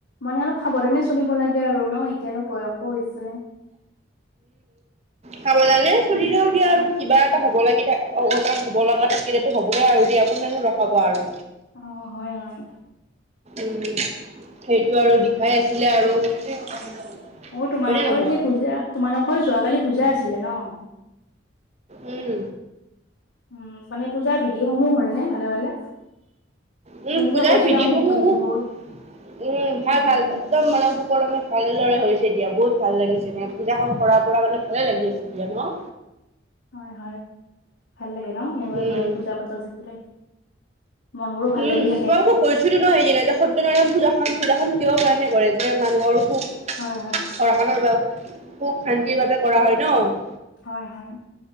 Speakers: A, on the left; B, on the right.
A: মানে অলপ সাৱধানে চলিব লাগে। আৰু ন এতিয়ানো বয়সো হৈছে
B: খাব জানে চলিলেও দিয়া আৰু কিবা এটা হ'ব লাগি থাকহঁতৰ হ'ব লগা থাকিলেতো হ'বইে আৰু দিয়া কোনেনো ৰখাব আৰু।
A: অ', হয়, হয়,
B: উম সেইটো আৰু দিখাই আছিলে আৰু <inaudible>
A: অ 'তোমালোকৰ
B: হয়নে নহয়
A: যে পূজা তোমালোকৰ যোৱাকালি পূজা আছিলে ন
B: উম
A: উম মানে পূজাৰ বিধিসমূহ হল নে ভালে ভালে
B: উম
A: তুমি
B: পূজাৰ
A: যে কৈছিলা
B: বিধি
A: মোক
B: সমূহ
A: বিধিবোৰ
B: খুব উম ভাল
A: অ',
B: ভাল একদম মানে সকলমে। ভালে দৰে হৈছে দিয়া বহুত ভাল লাগিছে নে পূজাখন কৰাৰ পৰা মানে ভালে লাগি আছে দিয়া ন'
A: হয় হয় ভাল লাগে ন এনেকৈ
B: উম
A: ঘৰত পূজা পাতল থাকিলে। মন বোৰো ভাল
B: উম
A: লাগি থাকে।
B: খোৱা বোৱা কৈছিলো ন সেইদিনা যে সত্যনাৰায়ণ পূজা খাম যোগাসন কিয় কাৰণে কৰে যে মানুহৰ সুখ
A: হয়, হয়,
B: ঘৰখনৰ সুখ শান্তিৰ বাবে কৰা হয় ন'।
A: হয়, হয়।